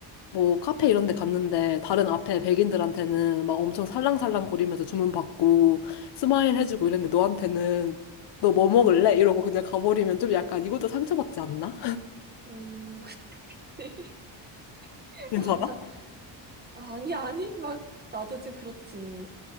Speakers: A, on the left (about 60°); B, on the right (about 20°).
A: 뭐 카페 이런 데 갔는데 다른 앞에 백인들한테는 막 엄청 살랑살랑
B: 응
A: 거리면서 주문 받고 스마일 해주고 이랬는데 너한테는 너 뭐 먹을래?
B: 응
A: 이러고 그냥 가버리면 좀 약간 이것도 상처받지 않나?
B: 음, <laughs> 그치.
A: <laughs> 괜찮아?
B: 아, 자 아, 아니, 아니, 막, 나도 좀 그렇지.